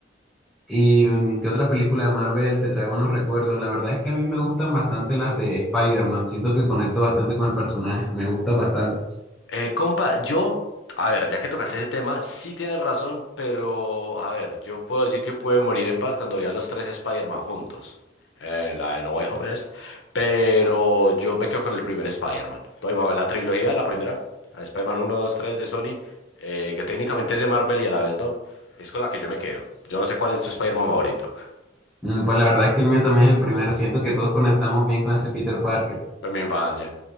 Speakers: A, in the centre; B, on the left.
A: ¿Y mm, qué otra película de Marvel te trae buenos recuerdos? La verdad es que a mí me gustan bastante las de Spider-Man. Siento que conecto bastante con el personaje. Me gustan bastante.
B: Eh, compa, yo, a ver, ya que tocaste ese tema, sí tienes razón, pero a ver, yo puedo decir que pude morir en paz cuando vi a los tres Spider-Man juntos. eh, la de No Way Home es, pero yo me quedo con el primer Spider-Man. Estoy ma- La trilogía, la primera, la de Spider-Man 1, 2, 3 de Sony, eh, que técnicamente es de Marvel y a la vez no. Es con la que yo me quedo. Yo no sé cuál es tu Spider-Man favorito. <laughs>
A: Mm, Pues la verdad es que el mío también es el primero. Siento que todos conectamos bien con ese Peter Parker.
B: Fue mi infancia.